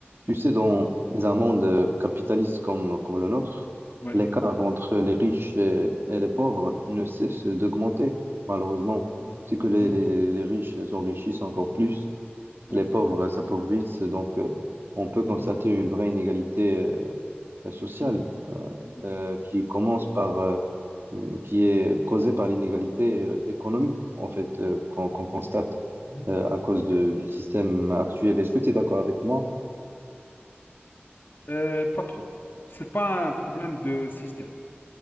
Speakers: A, on the right (about 60°); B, on the left (about 55°).
A: Tu sais, dans un monde
B: Mm.
A: euh, capitaliste comme, comme le nôtre,
B: Ouais.
A: l'écart entre les riches et, et les pauvres ne cesse d'augmenter, malheureusement.
B: Mm.
A: C'est que les,
B: Mm.
A: les, les riches s'enrichissent encore plus,
B: Ouais.
A: les pauvres s'appauvrissent, donc euh, on peut constater
B: Mhm.
A: une vraie inégalité euh, sociale
B: Mhm. Mhm.
A: euh, qui commence par, euh, mm, qui est causée par l'inégalité euh, économique, en fait, euh, qu'on qu'on constate
B: Mhm.
A: euh, à cause
B: Yeah.
A: de- du système actuel. Est-ce que tu es d'accord avec moi?
B: Euh, pas trop. C'est pas un problème de système.